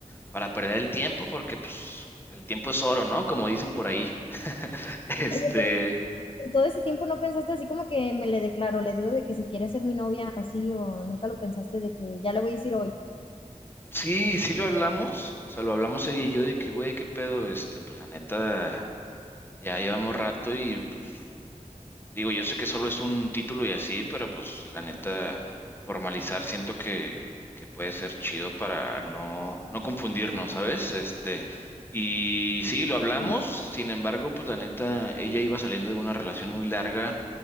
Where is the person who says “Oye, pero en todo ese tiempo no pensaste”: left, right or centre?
Left